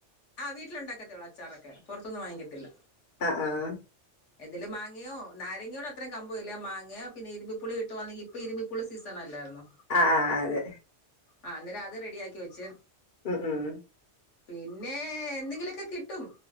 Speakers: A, on the left; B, on the left.
A: ആ വീട്ടിലുണ്ടാക്കത്തേ ഉള്ളൂ അച്ചാറൊക്കെ പുറത്തിന്ന് വാങ്ങികത്തില്ല
B: ആഹ് ആഹ്
A: എന്തേലും മാങ്ങയോ നാരങ്ങയോട് അത്ര കമ്പം ഇല്ല മാങ്ങയോ പിന്നെ ഇരുമ്പിപ്പുളിയോ കിട്ടുവാണെങ്കിൽ ഇപ്പ ഇരുമ്പിപ്പുള്ളി സീസൺ അല്ലായിരുന്നോ
B: ആഹ് ആഹ് അതെ
A: ആഹ് അന്നേരം അത് റെഡിയാക്കി വെച്ച്
B: ഉം ഉം
A: പിന്നെ എന്തെങ്കിലുമൊക്കെ കിട്ടും